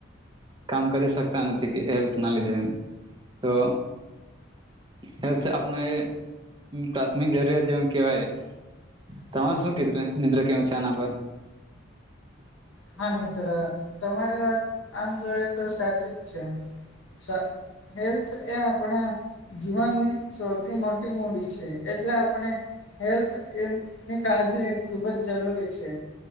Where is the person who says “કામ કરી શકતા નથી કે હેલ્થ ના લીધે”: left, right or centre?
Right